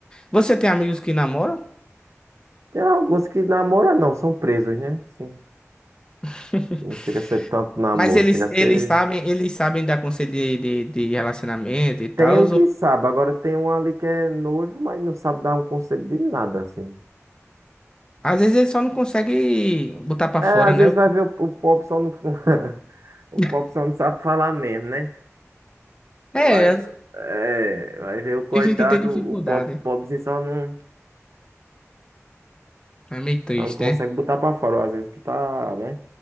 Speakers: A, on the left; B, on the right.
A: Você tem amigos que namoram,
B: Tem alguns que namoram, não, são presos, né? Sim.
A: <laughs>
B: Não chega a ser tanto namoro,
A: mas eles,
B: chega a ser.
A: eles sabem, eles sabem dar conselho de, de, de relacionamento e tal.
B: Tem um que sabe, agora tem um ali que é noivo, mas não sabe dar um conselho de nada, assim.
A: Às vezes eles só não conseguem botar para
B: É,
A: fora,
B: às
A: né?
B: vezes
A: o
B: vai
A: que-
B: ver o, o pobre só não. <laughs> O
A: <laughs>
B: pobre só não sabe falar mesmo, né?
A: É,
B: Vai, é, vai ver o coitado,
A: tem gente que tem dificuldade.
B: o pobre, pobrezinho só não,
A: É meio triste,
B: só não consegue
A: né?
B: botar pra fora, ou às vezes o que tá, né?